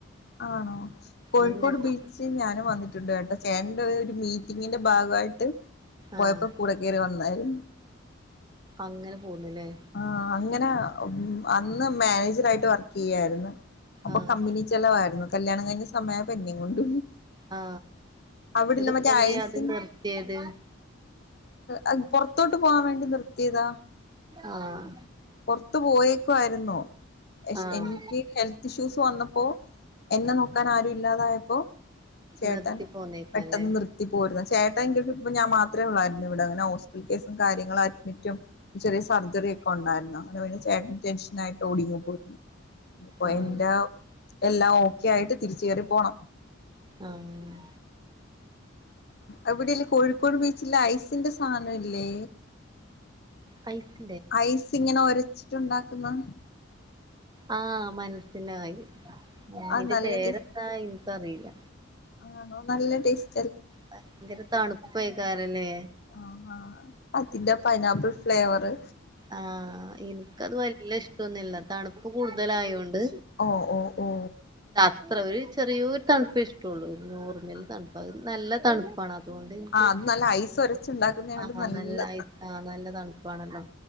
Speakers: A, on the left; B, on the right.
A: ആണോ കോഴിക്കോട്
B: അങ്ങനത്തെ
A: ബീച്ച് ഞാനും വന്നിട്ട ണ്ട് കേട്ടോ ചേട്ടന്റെഒരു മീറ്റിങ്ങിന്റെ ഭാഗയിട്ട് ട്ട് പോയപ്പോ
B: ആഹ്
A: കൂടെ കയറി വന്ന് <inaudible>
B: അങ്ങനെ പോന്നുല്ലേ
A: ആ ഇങ്ങനെ അന്ന് മാനേജർ ആയിട്ട് വർക്ക് ചെയ്യായിരുന്നു അപ്പൊ
B: ആഹ്
A: കമ്പനി ചെലവായിരുന്നു കല്യാണം കഴിഞ്ഞ സമയായപ്പോ എന്നേ കൊണ്ട്
B: ആ
A: അവിടില്ല
B: ഇതുപ്പന്തേ
A: മറ്റേ ഐസിൻ
B: അത് നിർത്തിയത്
A: അത് പുറത്തോട്ട് പോവാൻ വേണ്ടി നിർത്തിയതാ
B: ആഹ്
A: പൊറത്ത് പോയേക്കുവായിരുന്നു
B: ആഹ്
A: എനിക്ക് ഹെൽത്ത് ഇഷ്യൂസ് വന്നപ്പോ എന്നെ നോക്കാൻ ആരും ഇല്ലാതായപ്പോ ചേട്ടൻ
B: നിർത്തി പോന്നേക്കാല്ലേ
A: പെട്ടെന്ന് നിർത്തി പോരുന്നു, ചേട്ടൻ എങ്ക ഇപ്പ ഞാൻ മാത്രമേ ഉള്ളായിരുന്നു ഇവിടെ അങ്ങനെ ഹോസറ്റൽ കേസും കാര്യങ്ങളും അഡ്മിറ്റും ചെറിയ സർജറിയ ഒക്കെ ഉണ്ടായിരുന്നു അതുപി ഏട്ടൻ ടെൻഷനായി ഓടിയങ്ങു പോരുന്നു ഇപ്പൊ
B: ആഹ്
A: എന്താ എല്ലാം ഓക്കെ ആയിട്ട് തിരിച് കയറി പോണം
B: ആഹ്
A: അവിടെല്ല കോഴിക്കോട് ബീച്ച് ചില ഐസിന്റെ സാധനല്ലേ
B: ഹയ്‌ട്‌
A: ഐസ് ഇങ്ങനെ ഒരു വച്ചിട്ടുണ്ടാക്കുന്ന
B: ആ മനസ്സിനായി ആ അതിന്റെ
A: അത് നല്ല
B: പേരെന്താ
A: ടേസ്റ്റ്
B: അറിയില്ല
A: ആണോ നല്ല ടേസ്
B: ഭയങ്കര തണുപ്പായി കാരല്ലേ
A: ആ പത്തിന്റെ പൈനാപ്പിൾ ഫ്ലേവറ്
B: ആ എനിക്കത് വല്ല ഇഷ്ട കിന്നില്ല തണുപ്പ് കൂടുതല ആയോണ്ട്
A: ഓ ഓ ഓ
B: അത്ര ഒരു ചെറിയൊരു തണുപ്പേ ഇഷ്ടള്ളൂ നോർമൽ
A: ആ
B: തണുപ്പ നല്ല തണുപ്പാണം അതൊണ്ട് എനിക്ക്
A: ആഹ് അത് നല്ല ഐസ് ഒരച്ചുണ്ടാക്കുന്നതോണ്ട്
B: ആ
A: നല്ലതാണ്
B: നല്ല ഐ ആഹ് നല്ല തണുപ്പാണല്ലോ